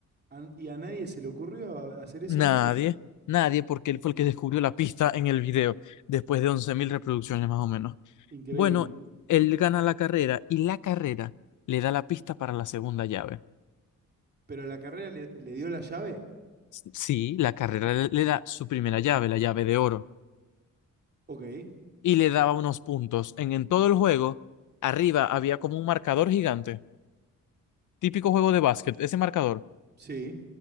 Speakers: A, on the right; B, on the left.
A: a- y a nadie se le ocurrió a- hacer eso
B: Nadie,
A: antes.
B: nadie, porque él fue el que descubrió la pista en el video, después de 11.000 reproducciones más o menos.
A: Increíble.
B: Bueno, él gana la carrera y la carrera le da la pista para la segunda llave.
A: Pero la carrera le, le dio la llave.
B: Sí, la carrera le le da su primera llave, la llave de oro.
A: Ok,
B: y le daba unos puntos. En, en todo el juego, arriba había como un marcador gigante, típico juego de básquet, ese marcador.
A: sí,